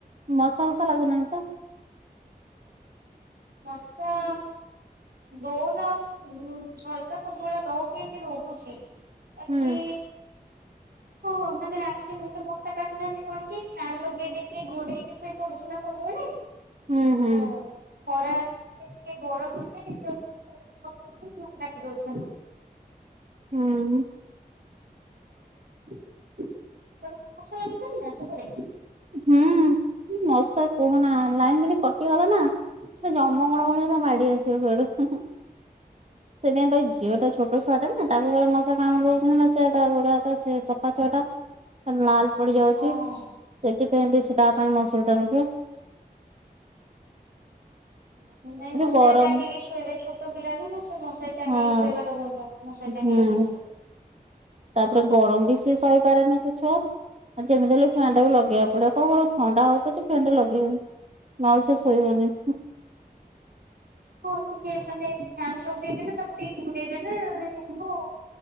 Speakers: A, on the right; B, on the right.
A: ମଶା ବସା ଲାଗୁନାହାନ୍ତି ତ?
B: ମସା ଡୋର ଆଉ ଉଁ ଝରକା ସବୁବେଳେ ଲକ ହେଇକି ରହୁଛି ବାକି
A: ହୁଁ
B: ହଁ ହଁ ମାନେ ରାତିରେ ମତେ ମଶା କାଟୁନାହାଁନ୍ତି କଣକି ଫ୍ୟାନ୍ ଲଗେଇଦେଇକି ଘୋଡ଼େଇକି ସୋଇ ପଡୁଛୁ ନା ସବୁବେଳେ
A: ହୁଁ ହୁଁ
B: ହଁ। ଖରା ହେଲେ ଟିକେ ଗରମ ହେଲେ କେତେବେଳେ ମସାରିରେ ପଶିକିରି ସେମାନେ କାଟି ଦଉଛନ୍ତି।
A: ହୁଁ।
B: <inaudible> ଆପଣଙ୍କର ମସା ଲାଗୁଛନ୍ତି ନା ସେପଟେ?
A: ହୁଁ କି ମଶା କୁହନା ଲାଇନ ଯଦି କଟିଗଲା ନା
B: <inaudible>
A: ସେ ଜମଗଣ ଭଳିଆ ପା ମାଡି ଆସିବେ କୁଆଡୁ ସେଇଥିପାଇଁ ତ ଏଇ ଝିଅ ଟା ଛୋଟ ଛୁଆଟା ନା ତାକୁ କାଳେ ମଶା କାମୁଡି ଦଉଛନ୍ତି ନା ସେ ତା ଗୋଡା ହାତ ସେ ଛୋଟ ଛୁଆଟା। ଖାଲି ଲାଲ ପଡି ଯାଉଛି।
B: ହଁ।
A: ସେଥିପାଇଁ ସେ ତା ପାଇଁ ମସୁରି ଟାଣୁଚୁ।
B: ନାଇଁ ମଶାରି
A: ଗରମ
B: ଟାଙ୍ଗିକି ଶୋଇବେ ଛୋଟ ଛୋଟ ପିଲାଟାନା ସେ ମଶାରି ଟାଙ୍ଗିକି
A: ହଁ
B: ଶୋଇବାଟା ଭଲ ମଶାରୀ ଟାଙ୍ଗିକି
A: ହୁଁ
B: ଶୋଇବ।
A: ତାପରେ ଗରମ ବି ସେ ସହିପାରେନି ସେ ଛୁଆ। ହଁ ଯେମିତି ହେଲେ ଫ୍ୟାନଟାକୁ ବି ଲଗେଇବାକୁ ପଡିବ କଣ କରିବ ଥଣ୍ଡା ହଉ ପଛେ ଫ୍ୟାନଟା ଲଗେଇବ ନହେଲେ ସେ ଶୋଇବନି।
B: ହଁ ଟିକିଏ ମାନେ ଫ୍ୟାନ ଲଗେଇଦେଲେ ତାକୁ ଟିକେ ଘୋଡେଇଦେଲେ ହେଇଯିବ ଆଉ